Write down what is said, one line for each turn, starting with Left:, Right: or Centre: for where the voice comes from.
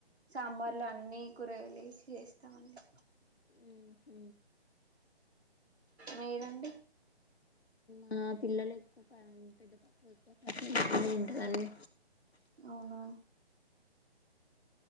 Right: సాంబార్లో
Left: కదా
Right: అన్నీ కూరగాలేసి చేస్తామండి
Left: ఉ హు
Right: మీరండి
Left: మా పిల్లలెక్కువ పెద్ద పాప ఉంటదన్ని
Right: అవునా